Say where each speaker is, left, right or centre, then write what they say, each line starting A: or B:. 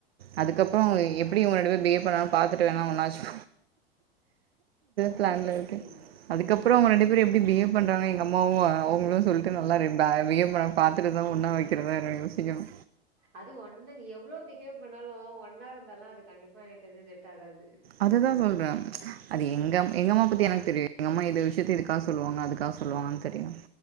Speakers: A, on the right (about 70°); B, on the right (about 45°).
A: அதுக்கப்பறோ எப்டி இவங்க ரெண்டு பேரு பிஹேவ் பண்ராங்க பாத்துட்டு வேணா ஒண்ணாச்சு
B: ம்.
A: ப்ளான்ல
B: என்னது
A: இருக்கு
B: புரியல?
A: அதுக்கப்பறோ அவங்க ரெண்டு பேர் எப்டி பிஹேவ் பண்றாங்க எங்க அம்மாவு அ அவங்களு சொல்ட்டு நல்லா இரு பே பிஹேவ் பண்ண பாத்துட்டுதா ஒன்னா வைக்க க்கிறதா என்னன் யோசிக்கணு
B: அது ஒன்னா நீ எவ்ளோ பிஹைவ் பண்ணாலு ஒன்னா இருந்தால அது கண்டிப்பா எனக் தெரிஞ்சி செட் ஆகாது
A: அதுதா சொல்றே அது எங்க
B: ம்.
A: எங்கம்மா பத்தி எனக்கு தெரியு எங்கம்மா இந்த விஷயத்த இதுக்காக சொல்லுவாங்க அதுக்காக சொல்லுவாங்கன்னு தெரியு